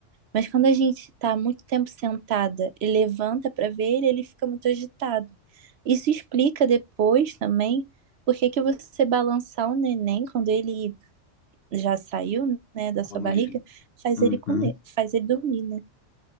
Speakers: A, on the right; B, on the left.
A: Mas quando a gente está muito tempo sentada e levanta para ver ele, ele fica muito agitado. Isso explica depois também por que que você balançar o neném quando ele já saiu, né, da sua
B: Calma
A: barriga,
B: ele.
A: faz
B: Uhum.
A: ele comer, faz ele dormir, né?